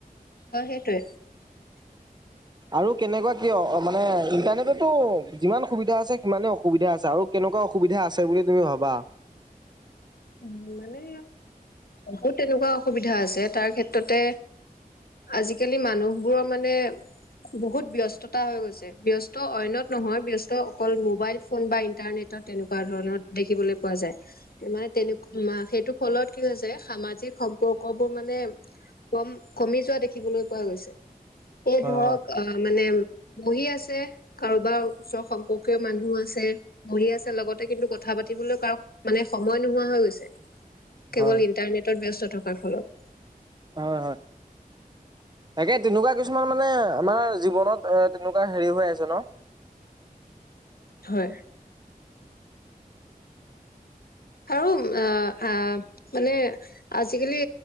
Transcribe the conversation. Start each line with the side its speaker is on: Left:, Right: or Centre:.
Left: অ সেইটোৱে।
Right: আৰু কেনেকুৱা কিয়? মানে ইণ্টাৰনেটতো যিমান সুবিধা আছে সিমানে অসুবিধা আছে আৰু কেনে এনেকুৱা অসুবিধা আছে বুলি তুমি ভাবা।
Left: <inaudible> মানে বহুত তেনেকুৱা অসুবিধা আছে। তাৰ ক্ষেত্ৰতে আজিকালি মানুহবোৰৰ মানে বহুত ব্যস্ততা হৈ গৈছে। ব্যস্ত অইনত নহয়, ব্যস্ত অকল মোবাইল ফোন বা ইন্টাৰনেট তেনেকুৱা ধৰণত দেখিবলৈ পোৱা যায়। মানে তেনেক সেইটো ফলত কি হয় য সামাজিক সম্পৰ্ক বোৰ মানে কম-কমি যোৱা দেখিবলৈ পোৱা গৈছে। এই
Right: হয়
Left: ধৰক
Right: হয়
Left: অ' মানে বহি আছে, কাৰোবাৰ ওচৰ সম্পৰ্কীয় মানুহ আছে, বহি আছে লগতে কিন্তু কথা কথা পাতিবলৈ কাৰ মানে সময় নোহোৱা হৈ গৈছে। কেৱল
Right: হয়
Left: ইন্টাৰনেটত ব্যস্ত থকাৰ ফলত।
Right: হয়, হয়। তাকে তেনেকুৱা কিছুমান মানে আমাৰ জীৱনত এ তেনেকুৱা হেৰি হৈ আছে ন।
Left: <unintelligible> হয়। আৰু অ', আহ, মানে আজিকালি